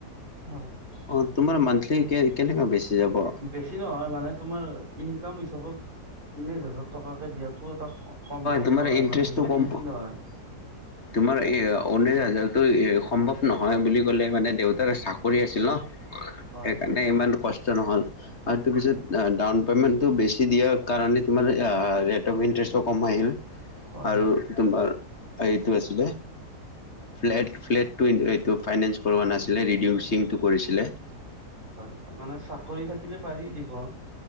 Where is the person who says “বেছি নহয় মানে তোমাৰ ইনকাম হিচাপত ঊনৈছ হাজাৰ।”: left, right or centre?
Right